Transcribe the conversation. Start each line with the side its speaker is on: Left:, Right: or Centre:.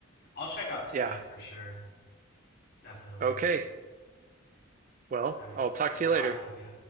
Left: I'll check out Tunic
Right: yeah.
Left: for sure, definitely.
Right: Okay. Well,
Left: All right,
Right: I'll talk
Left: nice
Right: to you
Left: talking
Right: later.
Left: with you.